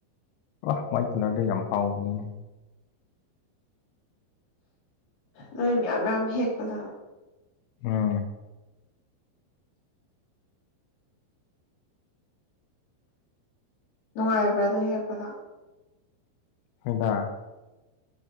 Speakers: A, on the left; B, on the left.
A: ꯑ ꯋꯥꯏꯠ ꯀꯂꯔꯗꯨ ꯌꯥꯝ ꯍꯥꯎꯕꯅꯤꯅꯦ
B: ꯅꯣꯏ ꯃꯌꯥꯝ ꯃꯌꯥꯝ ꯍꯦꯛꯄꯗꯣ
A: ꯎꯝ
B: ꯅꯨꯡꯉꯥꯏꯕ꯭ꯔꯥ ꯑꯗꯨ ꯍꯦꯛꯄꯗꯣ
A: <unintelligible>